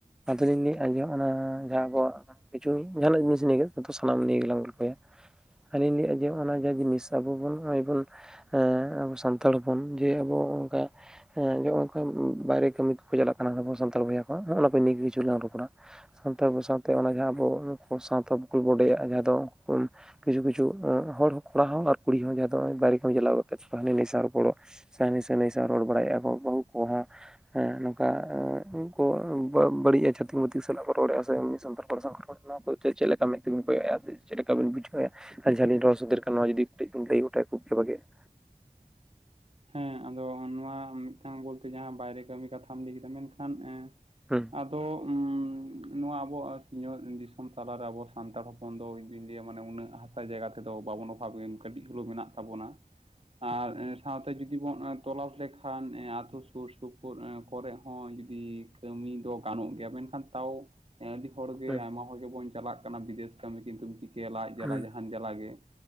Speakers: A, in the centre; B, on the right.
A: ᱟᱫᱚ ᱞᱤᱧ ᱞᱟᱹᱭᱮᱫᱼᱟ ᱡᱮ ᱦᱚᱸᱜ ᱱᱚᱣᱟ ᱡᱟᱦᱟᱸ ᱟᱵᱚᱣᱟᱜ ᱠᱤᱪᱷᱩ ᱡᱟᱦᱟᱸᱱᱟᱜ ᱡᱤᱱᱤᱥ ᱱᱤᱭᱮ ᱜᱮ, ᱱᱤᱛᱚᱜ ᱥᱟᱱᱟᱢ ᱱᱤᱭ ᱜᱮᱞᱟᱝ ᱜᱚᱞᱯᱷᱚᱭᱟ᱾ ᱟᱹᱞᱤᱧ ᱞᱟᱹᱭᱮᱜ-ᱟ ᱡᱮ ᱚᱱᱟ ᱡᱟ ᱡᱤᱱᱤᱥ ᱟᱵᱚ ᱵᱚᱱ ᱱᱚᱜᱼᱚᱭ ᱵᱚᱱ ᱦᱮᱸ ᱟᱵᱚ ᱥᱟᱱᱛᱟᱲ ᱦᱚᱯᱚᱱ ᱡᱮ ᱟᱵᱚ ᱚᱝᱠᱟ ᱦᱮᱸ <unintelligible> ᱵᱟᱭᱨᱮ ᱠᱟᱹᱢᱤ ᱠᱚᱠᱚ ᱪᱟᱞᱟᱜ ᱠᱟᱱᱟ ᱟᱵᱚ ᱥᱟᱱᱛᱟᱲ ᱵᱚᱭᱦᱟ ᱠᱚ, ᱚᱱᱟ ᱠᱚ ᱱᱤᱭᱟᱹ ᱠᱤᱪᱷᱩ ᱞᱟᱝ ᱨᱚᱯᱚᱲᱟ᱾ ᱥᱟᱝᱛᱮ ᱟᱵᱚ ᱥᱟᱶᱛᱮ ᱚᱱᱟ ᱡᱟᱦᱟᱸ ᱟᱵᱚ ᱥᱟᱶᱛᱟ ᱵᱚᱰᱮᱭᱟᱜᱼᱟ ᱡᱟᱦᱟᱸ ᱫᱚ <inaudible> ᱠᱤᱪᱷᱩ ᱠᱤᱪᱷᱩ ᱦᱚᱲ ᱠᱚᱲᱟ ᱦᱚᱸ ᱟᱨ ᱠᱩᱲᱤ ᱦᱚᱸ ᱡᱟᱦᱟᱸᱭ ᱫᱚ ᱵᱟᱭᱨᱮ ᱠᱟᱢᱤ ᱪᱟᱞᱟᱣ ᱠᱟᱛᱮᱜ ᱦᱟᱱᱤ ᱱᱟᱭ ᱥᱟᱶ ᱨᱚᱯᱚᱲᱚᱜ ᱦᱟᱱᱤ ᱥᱟᱝ ᱱᱟᱹᱭ ᱥᱟᱝ ᱨᱚᱲ ᱵᱟᱲᱟᱭᱮᱫᱼᱟ ᱠᱚ ᱵᱟᱹᱦᱩ ᱠᱚᱦᱚᱸ, ᱦᱮᱸ ᱱᱚᱝᱠᱟ ᱠᱚ ᱵᱟᱝ ᱵᱟᱹᱲᱤᱡᱼᱟ ᱪᱷᱟᱛᱤᱠ ᱢᱟᱛᱤᱠ ᱥᱟᱞᱟᱜ ᱵᱚᱱ ᱨᱚᱲᱮᱜ-ᱟ ᱥᱮ ᱮᱢᱱᱤ ᱥᱟᱱᱛᱟᱲ ᱠᱚ ᱠᱚᱲᱟ ᱥᱟᱶ <inaudible> <inaudible> ᱱᱚᱣᱟ ᱠᱚ ᱪᱮᱜ ᱪᱮᱫ ᱞᱮᱠᱟ ᱢᱮᱫ ᱛᱮᱵᱤᱱ ᱠᱚᱭᱚᱜᱮᱜ-ᱟ ᱥᱮ ᱪᱮᱫ ᱞᱮᱠᱟ ᱵᱤᱱ ᱵᱩᱡᱷᱟᱹᱭᱟ? ᱟᱨ ᱡᱟᱦᱟᱸ ᱞᱤᱧ ᱨᱚᱲ ᱥᱚᱫᱚᱨ ᱠᱮᱜ-ᱟ ᱱᱚᱣᱟ ᱡᱩᱫᱤ ᱠᱟᱹᱴᱤᱡ ᱵᱤᱱ ᱞᱟᱹᱭ ᱜᱚᱴᱟᱭᱟ ᱠᱷᱩᱵ ᱜᱮ ᱵᱷᱟᱹᱜᱮᱜ-ᱟ᱾
B: ᱦᱮᱸ ᱟᱫᱚ ᱱᱚᱣᱟ ᱢᱤᱫᱴᱟᱝ ᱵᱚᱞᱛᱮ ᱡᱟᱦᱟᱸ ᱵᱟᱭᱨᱮ ᱠᱟᱹᱢᱤ ᱠᱟᱛᱷᱟᱢ ᱞᱟᱹᱭ ᱠᱮᱫᱟ ᱢᱮᱱᱠᱷᱟᱱ ᱮᱸ
A: ᱦᱩᱸ᱾
B: ᱟᱫᱚ ᱩᱸ ᱱᱚᱣᱟ ᱟᱵᱚᱣᱟᱜ ᱥᱤᱧ ᱚᱛ ᱫᱤᱥᱚᱢ ᱛᱟᱞᱟᱨᱮ ᱟᱵᱚ ᱥᱟᱱᱛᱟᱲ ᱦᱚᱯᱚᱱ ᱫᱚ ᱤᱧᱫᱩᱧ ᱞᱟᱹᱭᱟ ᱢᱟᱱᱮ ᱩᱱᱟᱹᱜ ᱦᱟᱥᱟ ᱡᱟᱭᱜᱟ ᱛᱮᱫᱚ ᱵᱟᱵᱚᱱ ᱚᱯᱷᱟᱵ ᱜᱮ ᱠᱟᱹᱴᱤᱡ ᱦᱳᱞᱳ ᱢᱮᱱᱟᱜ ᱛᱟᱵᱚᱱᱟ᱾
A: <inaudible>
B: ᱟᱨ <inaudible> ᱥᱟᱶᱛᱮ ᱡᱩᱫᱤ ᱵᱚᱱ ᱮᱸ ᱛᱚᱞᱟᱥ ᱞᱮᱠᱷᱟᱱ ᱮᱸ ᱟᱛᱳ ᱥᱩᱨ ᱥᱩᱯᱩᱨ ᱮᱸ ᱠᱚᱨᱮᱜ ᱦᱚᱸ ᱡᱩᱫᱤ ᱠᱟᱹᱢᱤ ᱫᱚ ᱜᱟᱱᱚᱜ ᱜᱮᱭᱟ ᱢᱮᱱᱠᱷᱟᱱ ᱛᱟᱣ ᱮᱸ ᱟᱹᱰᱤ ᱦᱚᱲ ᱜᱮ
A: ᱦᱩᱸ
B: ᱟᱭᱢᱟ ᱦᱚᱲ ᱜᱮᱵᱚᱱ ᱪᱟᱞᱟᱜ ᱠᱟᱱᱟ ᱵᱤᱫᱮᱥ ᱠᱟᱹᱢᱤ ᱠᱤᱱᱛᱩᱢ ᱪᱤ ᱠᱚᱹᱭᱟ ᱞᱟᱡ ᱡᱟᱞᱟ
A: ᱦᱩᱸ
B: ᱡᱟᱦᱟᱱ ᱡᱟᱞᱟ ᱜᱮ,